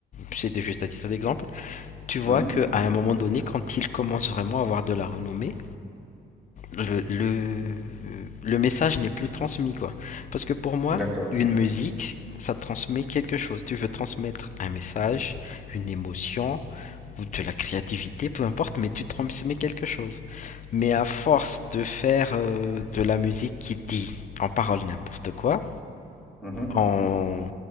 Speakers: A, on the left; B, in the centre.
A: c'était juste à titre d'exemple. Tu vois
B: Mmh
A: que à un moment donné, quand ils commencent vraiment à avoir de la renommée, le, le, le message n'est plus transmis, quoi. Parce que pour moi,
B: D'accord.
A: une musique, ça transmet quelque chose. Tu veux transmettre un message, une émotion ou de la créativité, peu importe, mais tu transmets quelque chose. Mais à force de faire euh, de la musique qui dit en parole n'importe quoi,
B: Mmh mh.
A: en